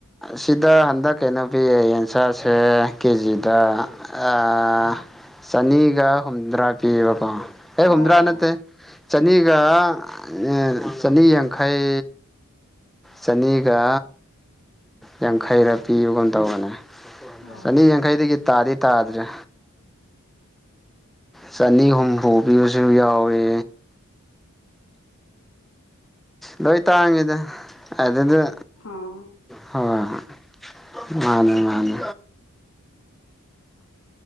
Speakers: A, in the centre; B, on the left.
A: ꯁꯤꯗ ꯍꯟꯗꯛ ꯀꯩꯅꯣ ꯄꯤꯌꯦ ꯌꯦꯟꯁꯥꯁꯦ ꯀꯦꯖꯤꯗ ꯑꯥ ꯆꯥꯅꯤꯒ ꯍꯨꯝꯗ꯭ꯔꯥ ꯄꯤꯌꯦꯕꯀꯣ ꯑꯦ
B: ꯑꯣ
A: ꯍꯨꯝꯗ꯭ꯔꯥ ꯅꯠꯇꯦ ꯆꯥꯅꯤꯒ ꯑꯥ ꯆꯥꯅꯤ ꯌꯥꯡꯈꯩ ꯆꯥꯅꯤꯒ ꯌꯥꯡꯈꯩꯔ ꯄꯤꯕꯒꯨꯝ ꯇꯧꯕꯅꯦ
B: ꯑꯣ
A: ꯆꯥꯅꯤ ꯌꯥꯡꯈꯩꯗꯒꯤ ꯇꯥꯗꯤ ꯇꯥꯗ꯭ꯔꯦ ꯆꯥꯅꯤ ꯍꯨꯝꯐꯨ ꯄꯤꯕꯁꯨ ꯌꯥꯎꯏ ꯂꯣꯏ ꯇꯥꯡꯉꯤꯗ ꯑꯗꯨꯗ
B: ꯑꯣ
A: ꯍꯣꯏ ꯍꯣꯏ ꯃꯥꯅꯦ ꯃꯥꯅꯦ